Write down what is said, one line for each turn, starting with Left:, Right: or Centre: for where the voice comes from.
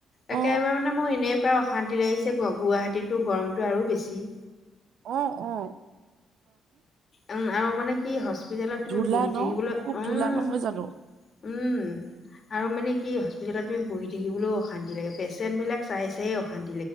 Left: একেবাৰে
Right: অ অ
Left: মানে মোৰ এনেকুৱা অশান্তি লাগিছে, গ গুৱাহাটীতো গৰমটো আৰু বেছি।
Right: অঁ অঁ।
Left: উম আৰু মানে কি হস্পিতেলত তুমি
Right: ধূলা
Left: বহি
Right: ন
Left: থাকিবলৈ
Right: খুব
Left: উ ওম,
Right: ধূলা নহয় জানো
Left: আৰু মানে কি? হস্পিটেলত তুমি বহি থাকিবলৈও অশান্তি লাগে, পেচেণ্ট বিলাক চাই চাই অশান্ত